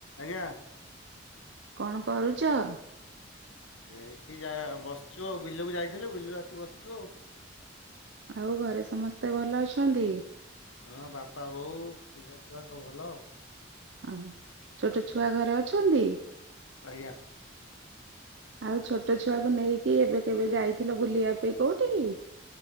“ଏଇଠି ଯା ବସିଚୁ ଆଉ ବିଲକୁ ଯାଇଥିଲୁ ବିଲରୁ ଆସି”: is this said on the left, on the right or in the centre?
Left